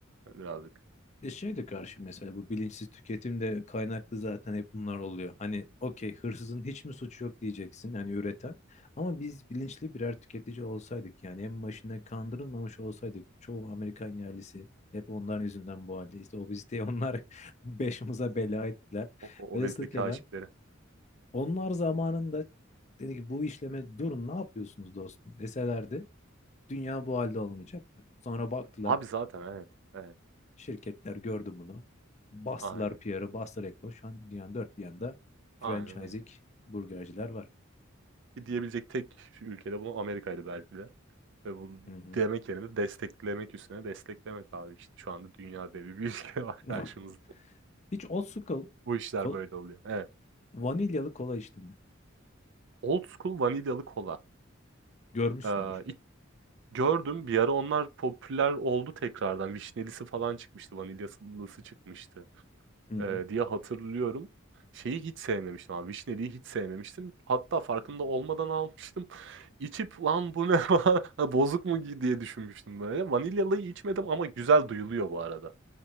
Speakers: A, on the right; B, on the left.
A: e, birazcık.
B: E şey de karşı mesela bu bilinçsiz tüketim de kaynaklı zaten hep bunlar oluyor. Hani okey hırsızın hiç mi suçu yok diyeceksin yani üreten. Ama biz bilinçli birer tüketici olsaydık yani en başına kandırılmamış olsaydık çoğu Amerikan yerlisi hep onların yüzünden bu haldeyiz. Obeziteyi onlar <laughs> başımıza bela ettiler.
A: O o
B: Velhasıl
A: obezite
B: kelam
A: kâşifleri.
B: onlar zamanında dedi ki bu işleme durun ne yapıyorsunuz dostum deselerdi dünya bu halde olmayacaktı. Sonra baktılar
A: Abi zaten evet, evet.
B: Şirketler gördü bunu. Bastılar
A: Aynen,
B: PR'ı, bastılar reklamı. Şu an dünyanın dört bir yanında franchising
A: aynen öyle.
B: burgerciler var.
A: Ki diyebilecek tek ülkede bunu Amerika'ydı belki de ve bu
B: Hı hı.
A: demek yerine desteklemek üstüne desteklemek abi, işte, şu anda dünya devi bir <laughs> ülke var
B: <laughs>
A: karşımızda.
B: Hiç old school
A: Bu işler
B: ko-
A: böyle oluyor. Evet.
B: vanilyalı kola içtin mi?
A: Old school vanilyalı kola.
B: Görmüşsündür.
A: Aaa, ilk gördüm, bir ara onlar popüler oldu tekrardan. Vişnelisi falan çıkmıştı, vanilyasılısı çıkmıştı,
B: Hı hı.
A: eee, diye hatırlıyorum. Şeyi hiç sevmemiştim abi, vişneliyi hiç sevmemiştim. Hatta farkında olmadan almıştım. <laughs> İçip "Lan bu ne falan, <laughs> ha, bozuk mu ki?" diye düşünmüştüm böyle. Vanilyalıyı içmedim ama güzel duyuluyor bu arada.